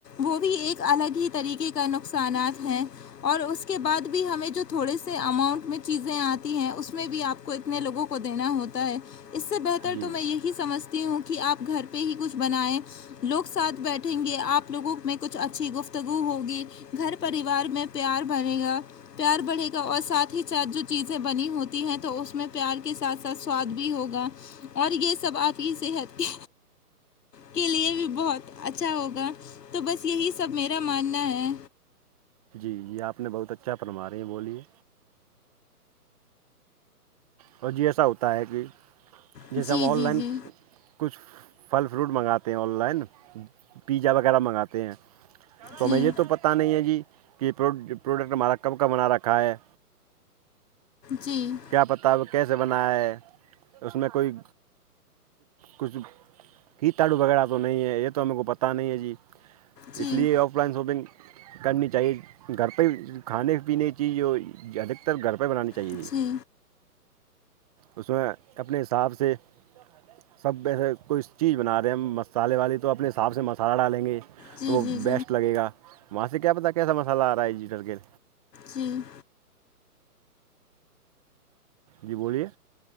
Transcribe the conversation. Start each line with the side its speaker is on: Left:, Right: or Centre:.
Left: وہ بھی ایک الگ ہی طریقے کا نقصانات ہیں اور اس کے بعد بھی ہمیں جو تھوڑے سے اماؤنٹ میں چیزیں آتی ہیں اس میں بھی آپ کو کو اتنے لوگوں کو دینا ہوتا ہے اس سے بہتر
Right: جی
Left: تو میں یہی سمجھتی ہوں کہ آپ گھر پہ ہی کچھ بنائیں لوگ ساتھ بیٹھیں گے آپ لوگوں میں کچھ اچھی گفتگو ہوگی گھر پریوار میں پیار بنے گا پیار بڑھے گا اور ساتھ ہی ساتھ جو چیزیں بنی ہوتی ہیں تو اس میں پیار کے ساتھ ساتھ سواد بھی ہوگا اور یہ سب آپ کی صحت کے کے لیے بھی بہت اچھا ہوگا تو بس یہی سب میرا ماننا ہے
Right: جی جی آپ نے بہت اچھا فنمارے ہیں بولیے اور جی ایسا ہوتا ہے کہ جیسے
Left: جی
Right: ہم آن
Left: جی
Right: لائن
Left: جی
Right: کچھ پھل فروٹ منگاتے ہیں آن لائن پیزا وغیرہ منگاتے ہیں تو
Left: جی
Right: ہمیں یہ تو پتاہ نہیں ہے جی کہ پروڈکٹ ہمارا کب کب بنا رکھا ہے
Left: جی
Right: کیا پتا وہ کیسے بنا ہے اس میں کوئی کچھ فتاڑو وغیرہ تو نہیں ہے یہ تو ہم کو پتا نہیں ہے جی
Left: جی جی
Right: اس لیے آف لائن شاپنگ کرنی چاہیے گھر پہ کھانے پینے چیز جو ادھکتر گھر پہ بنانی چاہیے
Left: جی
Right: اس میں اپنے حساب سے سب ایسے کوئی چیز بنا رہے ہم مصالحے والی تو اپنے حساب سے مسالحہ ڈالیں گے
Left: جی
Right: تو وہ
Left: جی
Right: بیسٹ لگے گا وہاں سے کیا پتا کیسا مسالہ آ رہا ہے جیٹر کےل
Left: جی
Right: جی بولیے